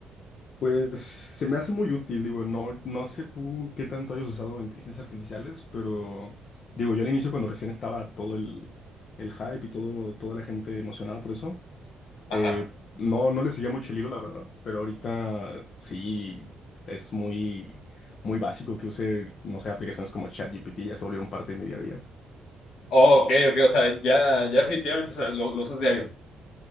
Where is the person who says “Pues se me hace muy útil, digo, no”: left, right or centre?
Left